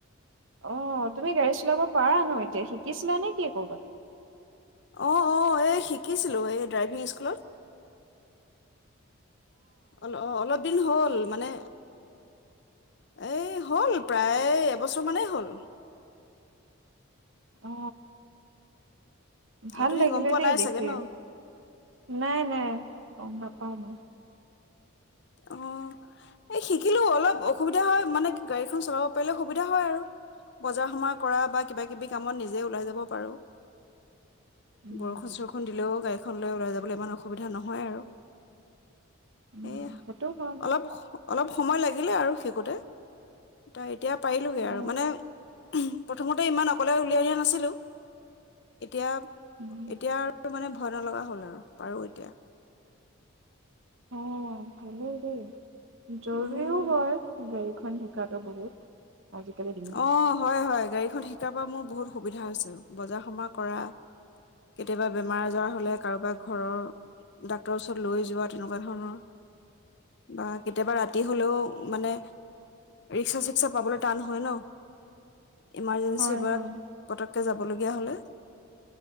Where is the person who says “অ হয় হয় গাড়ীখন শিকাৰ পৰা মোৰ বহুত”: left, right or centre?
Left